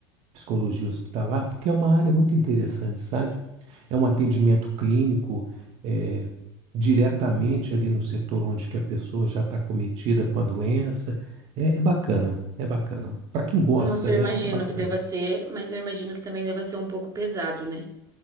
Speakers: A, on the right (about 50°); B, on the right (about 25°).
A: psicologia hospitalar, porque é uma área muito interessante, sabe? É um atendimento clínico, eh, diretamente ali no setor onde que a pessoa já está cometida com a doença. É, é bacana, é bacana. Para quem gosta,
B: Nossa, eu
A: né?
B: imagino
A: É bacana.
B: que deva ser, mas eu imagino que também deva ser um pouco pesado, né?